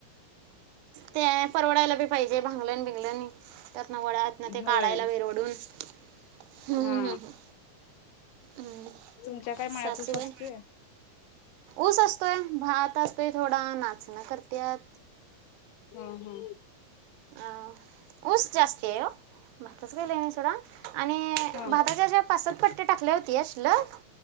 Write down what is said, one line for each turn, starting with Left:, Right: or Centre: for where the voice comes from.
Right: ते य परवडायला बी पाहिजे भंगलाण भिगलनी. त्यातंन वढ्यातनं ते
Left: होय
Right: काढायला बाहेर वढून ह‌्
Left: हा
Right: ह‌् ह‌् हम‌्
Left: तुमच्या काय मळ्यात
Right: सासूबाई?
Left: ऊस असतोय
Right: ऊस असतोय भात असतोय थोडा नाचणं डण करत्यात.
Left: हा हा.
Right: अह‌ ऊस जास्ती आहे वो भाताच काय लई नाही सोडा. आणि
Left: हा
Right: भाताच्या
Left: हा
Right: अश्या पाचसात पट्या टाकल्या होत्या शिल्लक